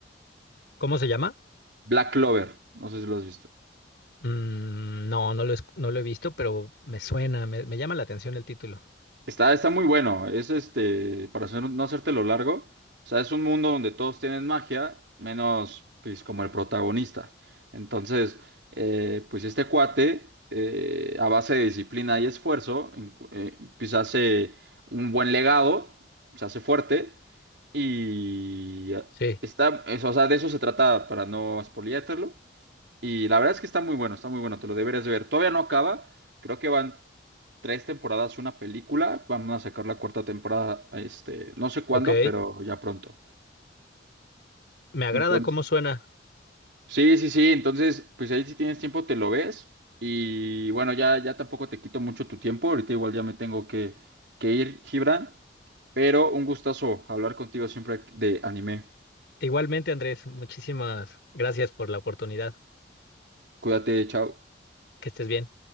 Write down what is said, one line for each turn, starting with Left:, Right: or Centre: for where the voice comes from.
Left: ¿Cómo se llama?
Right: Black Clover, no sé si lo has visto.
Left: Mm, no, no lo, escu- no lo he visto, pero me suena, me, me llama la atención el título.
Right: Está, está muy bueno. Es este, para hacer- no hacértelo largo, o sea, es un mundo donde todos tienen magia, menos pues como el protagonista. Entonces, eh, pues este cuate, eh, a base de disciplina y esfuerzo, en- eh, pues hace un buen legado, se hace fuerte y eh,
Left: Sí,
Right: está, es- o sea, de eso se trata para no spoileártelo. Y la verdad es que está muy bueno, está muy bueno, te lo deberías de ver. Todavía no acaba, creo que van tres temporadas, una película. Vamos a sacar la cuarta temporada, este, no sé cuándo,
Left: ok.
Right: pero ya pronto.
Left: Me agrada
Right: Entonces,
Left: cómo suena.
Right: sí, sí, sí. Entonces, pues ahí si tienes tiempo te lo ves. Y bueno, ya, ya tampoco te quito mucho tu tiempo. Ahorita igual ya me tengo que, que ir, Gibran. Pero un gustazo hablar contigo siempre de anime.
Left: Igualmente, Andrés, muchísimas gracias por la oportunidad.
Right: Cuídate, chao.
Left: Que estés bien.